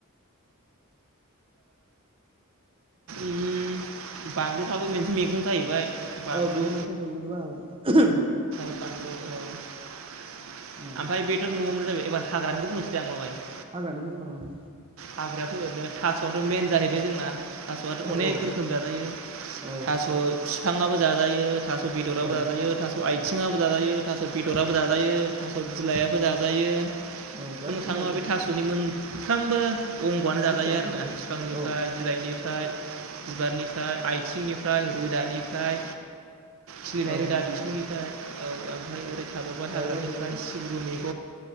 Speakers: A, on the right (about 65°); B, on the right (about 25°).
A: उम बानलुफ्राबो मोनसे मैगं जाहैबाय बानलु
B: औ बेबो मोनसे मैगंनि बाहागो
A: <unintelligible>
B: औ हाग्रानिखौ उनाव हो
A: हाग्रायाथ' ओरैनो थास'आथ' मेन जाहैबाय जोंना थास'आथ'
B: औ
A: अनेक रोखोम जाजायो
B: औ
A: थास' फिफाङाबो जाजायो थास' बिदराबो
B: औ
A: जाजायो थास' आयथिङाबो जाजायो थास' बिदराबबो जाजायो थास' बिलायाबो जाजायो
B: औ गासिबो
A: बुंनो थाङोबा
B: जाजायो
A: बे थास'नि मोनफ्रामबो अंग'आनो जाजायो
B: बुस्थुआनो
A: आरोना
B: जाजायो
A: बिफांनिफ्राय
B: औ
A: बिलायनिफ्राय बिबारनिफ्राय आइ थिंनिफ्राय रोदानिफ्राय खिलिनाय
B: औ
A: रोदा बिसंनिफ्राय औ ओमफ्राय ओरै थाबावबाय
B: जाजाजोबो
A: हाग्रानिफ्राय सिब्रनि मैग